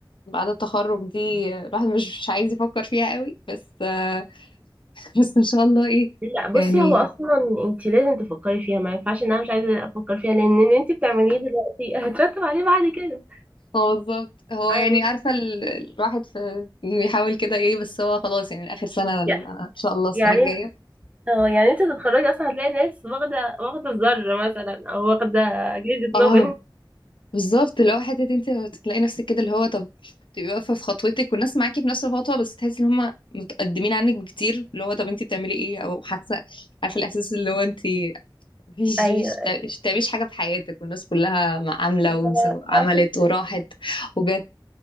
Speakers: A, on the left (about 80°); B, on the right (about 15°).
A: بعد التخرج دي الواحد مش مش عايز يفكر فيها قوي بس آه، <laughs> بس ان شاء الله ايه
B: لا بصي
A: يعني
B: هو اصلا انت لازم تفكري فيها ما ينفعش ان انا مش عايزه افكر فيها لان اللي انت بتعمليه دلوقتي <laughs> هترتب عليه بعد كده
A: هو بالظبط هو
B: فاهمة؟
A: يعني عارفة ال- الواحد في بيحاول كده ايه بس هو خلاص يعني اخر سنة ال-
B: يع-
A: انا ان شاء الله السنة
B: يعني
A: الجاية
B: اه يعني انت تتخرجي اصلا هتلاقي ناس واخده واخده الذره مثلا او واخده جائزه
A: اه
B: نوبل
A: بالظبط اللي هو حتة انت تلاقي نفسك كده اللي هو طب تبقي واقفة في خطوتك والناس معاكي في نفس الخطوة بس تحسي ان هم متقدمين عنك بكتير اللي هو طب انت بتعملي ايه او حاسة عارفة الاحساس اللي هو انت مفيش
B: ايوه
A: مفيش مش تعمليش حاجة في حياتك والناس كلها م- عاملة
B: لا،
A: وعملت
B: أفكر.
A: وراحت وجت